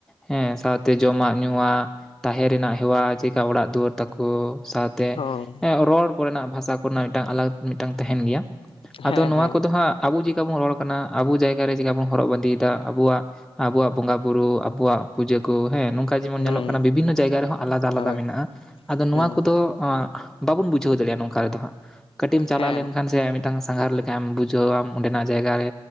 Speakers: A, in the centre; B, on the left.
A: ᱦᱮᱸ ᱥᱟᱶᱛᱮ ᱡᱚᱢᱟᱜ ᱧᱩ ᱟᱜ ᱛᱟᱦᱮᱸ ᱨᱮᱱᱟᱜ ᱦᱮᱣᱟ ᱪᱮᱠᱟ ᱚᱲᱟᱜ ᱫᱩᱣᱟᱹᱨ ᱛᱟᱠᱚ ᱥᱟᱶᱛᱮ
B: ᱦᱚᱸ
A: ᱨᱚᱲ ᱠᱚᱨᱮᱱᱟᱜ ᱵᱷᱟᱥᱟ ᱠᱚᱨᱮᱱᱟᱜ ᱢᱤᱫᱴᱟᱝ ᱟᱞᱟᱜᱽ ᱢᱤᱫᱴᱟᱝ ᱛᱟᱦᱮᱱ ᱜᱮᱭᱟ
B: ᱦᱮᱸ
A: ᱟᱫᱚ ᱱᱚᱣᱟ
B: ᱦᱮᱸ
A: ᱠᱚᱫᱚ ᱦᱟᱸᱜ ᱟᱵᱚ ᱪᱮᱠᱟ ᱵᱚᱱ ᱨᱚᱲ ᱠᱟᱱᱟ ᱟᱵᱚ ᱡᱟᱭᱜᱟ ᱪᱮᱠᱟ ᱵᱚᱱ ᱦᱚᱨᱚᱜ ᱵᱟᱸᱫᱮ ᱮᱫᱟ ᱟᱵᱚᱣᱟᱜ ᱟᱵᱚᱣᱟᱜ ᱵᱚᱸᱜᱟ ᱵᱩᱨᱩ ᱟᱵᱚᱣᱟᱜ ᱯᱩᱡᱟᱹ ᱠᱚ ᱦᱮᱸ ᱱᱚᱝᱠ ᱠᱟ ᱡᱮᱢᱚᱱ
B: ᱦᱩᱸ
A: ᱧᱮᱞᱚᱜ ᱠᱟᱱᱟ ᱵᱤᱵᱷᱤᱱᱱᱚ ᱡᱟᱭᱜᱟ ᱨᱮᱦᱚᱸ ᱟᱞᱟᱫᱟ ᱟᱞᱟᱫᱟ
B: ᱦᱳᱭ
A: ᱢᱮᱱᱟᱜᱼᱟ ᱟᱫᱚ ᱱᱚᱣᱟ
B: ᱦᱩᱸ
A: ᱠᱚᱫᱚ ᱦᱚᱸ ᱵᱟᱵᱚᱱ ᱵᱩᱡᱷᱟᱹᱣ ᱫᱟᱲᱮᱭᱟᱜ ᱱᱚᱝᱠᱟ ᱨᱮᱫᱚ ᱦᱟᱸᱜ ᱠᱟᱹᱴᱤᱡ ᱮᱢ ᱪᱟᱞᱟᱣ
B: ᱦᱮᱸ
A: ᱞᱮᱱᱠᱷᱟᱱ ᱥᱮ ᱢᱤᱫᱴᱟᱝ ᱥᱟᱸᱜᱷᱟᱨ ᱞᱮᱠᱟᱢ ᱵᱩᱡᱷᱟᱹᱣ ᱟᱢ ᱚᱸᱰᱮᱱᱟᱜ ᱡᱟᱭᱜᱟ ᱨᱮ